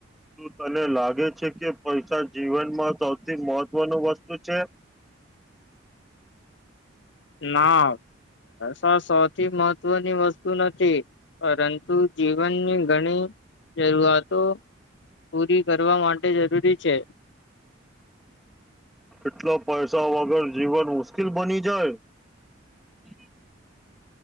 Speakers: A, in the centre; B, on the left.
A: તું તને લાગે છે કે પૈસા જીવનમાં સૌથી મહત્વનું વસ્તુ છે.
B: ના પૈસા સૌથી મહત્વની વસ્તુ નથી પરંતુ જીવનની ઘણી જરૂઆતો પૂરી કરવા માટે જરૂરી છે.
A: એટલા પૈસા વગર જીવન મુશ્કેલ બની જાય.